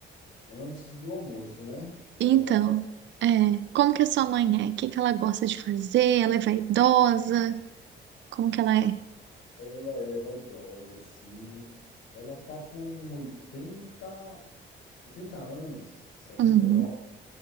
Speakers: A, on the left (about 85°); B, on the right (about 65°).
A: antes do almoço, né? Para
B: Então,
A: levar para
B: é, como que a sua mãe é? O que que ela gosta de fazer? Ela é vaidosa? Como que ela é?
A: ela, é vaidosa, assim. Ela tá com oitenta oitenta anos, 79.
B: Uhum,
A: E nove.